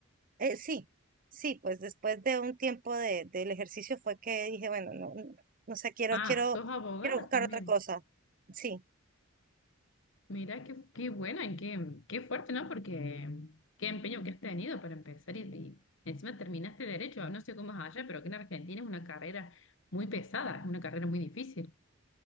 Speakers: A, on the right; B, on the left.
A: Eh, sí, sí, pues después de un tiempo de, del ejercicio fue que dije, bueno, no, no, no sé, quiero,
B: Ah,
A: quiero,
B: ¿sos abogada
A: quiero buscar
B: también?
A: otra cosa. Sí.
B: Mira, qué, qué buena y qué, qué fuerte, ¿no? Porque qué empeño que has tenido para empezar y, y encima terminaste derecho. No sé cómo es allá, pero que en Argentina es una carrera muy pesada, es una carrera muy difícil.